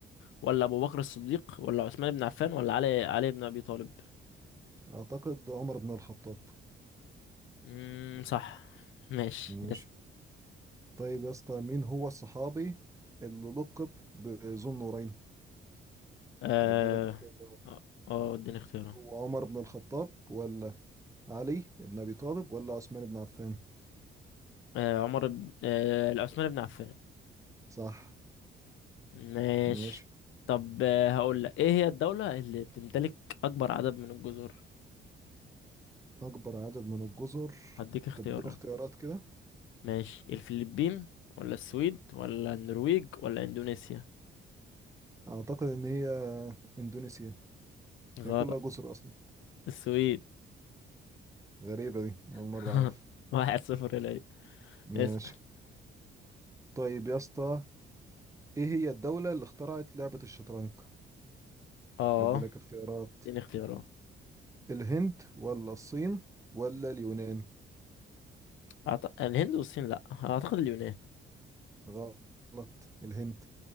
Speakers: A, on the left (about 80°); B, on the right (about 15°).
A: ولا ابو بكر الصديق ولا عثمان بن عفان ولا علي علي بن ابي طالب
B: أعتقد عمر بن الخطاب
A: امم صح ماشي
B: ماشي
A: يس.
B: طيب يا اسطى مين هو الصحابي اللي لقب بذو النورين
A: اه
B: اديلك اختيارات
A: اه آه، اديني اختيارات
B: هو عمر بن الخطاب ولا علي بن أبي طالب ولا عثمان بن عفان
A: آه عمر بن آه لا، عثمان بن عفان
B: صح
A: ماشي
B: ماشي
A: طب آه هقول لك ايه هي الدولة اللي بتمتلك اكبر عدد من الجزر
B: أكبر عدد من الجزر
A: هديك اختيارات
B: طب اديني اختيارات كده
A: ماشي الفلبين ولا السويد ولا النرويج ولا اندونيسيا
B: أعتقد إن هي إندونيسيا هي
A: غلط
B: كلها جزر أصلا
A: السويد
B: غريبة دي أول مرة
A: <laughs>
B: أعرف
A: واحد صفر ليا
B: ماشي
A: اسأل
B: طيب يا اسطى إيه هي الدولة اللي اخترعت لعبة الشطرنج
A: اه
B: أدي لك اختيارات
A: اديني اختيارات
B: الهند ولا الصين ولا اليونان
A: أعت... الهند والصين لأ أعتقد اليونان
B: غلط الهند